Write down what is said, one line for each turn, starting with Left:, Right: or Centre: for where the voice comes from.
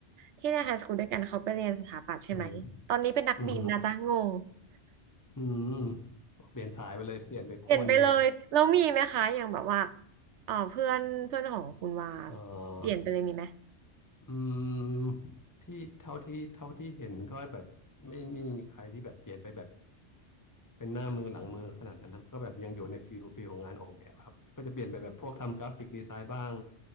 Right: ที่ในไฮสคูลด้วยกันเขาไปเรียนสถาปัตย์ใช่ไหมตอนนี้เป็นนักบินนะจ๊ะงง
Left: อืมอืมฮึอืมเปลี่ยนสายไปเลยเปลี่ยนไปขั้วหนึ่งเลย
Right: เปลี่ยนไปเลยแล้วมีไหมคะอย่างแบบว่าเอ่าเพื่อนเพื่อนของคุณว่า
Left: เออ
Right: เปลี่ยนไปเลยมีไหม
Left: อืมที่เท่าที่เท่าที่เห็นก็แบบไม่มีใครที่แบบเปลี่ยนไปแบบ เป็นหน้ามือหลังมือขนาดนั้นครับก็แบบยังอยู่ในฟิลฟิลของงานออกแบบครับก็จะเปลี่ยนไปแบบพวกทำกราฟิกดีไซน์บ้าง